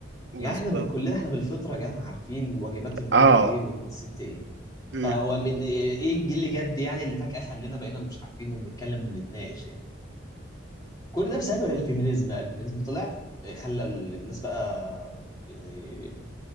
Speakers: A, on the right (about 60°); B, on the left (about 20°).
A: بالظبط
B: يعني احنا من- كلنا احنا بالفطره يا جدعان عارفين واجبات الراجل
A: اه
B: ايه وواجبات الست ايه
A: امم
B: فهو من ايه إيه الجيل اللي جد يعني اللي فجاه خلينا بقينا مش عارفين وبنتكلم وبنتناقش يعني كل ده بسبب الفيمينيزم بقى الفيمينيزم طلع آه، خلى الناس بقى يعني